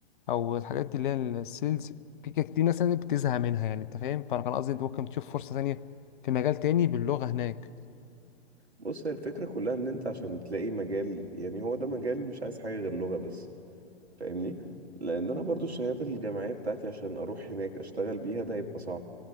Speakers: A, on the left; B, on the right.
A: او الحاجات دي اللي هي السيلز في كده كتير ناس يعني بتزهق منها يعني انت فاهم فانا كان قصدي انت ممكن تشوف فرصه ثانيه في مجال تاني باللغه هناك
B: بص هي الفكره كلها ان انت عشان تلاقي مجال يعني هو ده مجال مش عايز حاجه غير لغه بس فاهمني لان انا برضو الشهادات الجامعيه بتاعتي عشان اروح هناك اشتغل بيها ده هيبقى صعب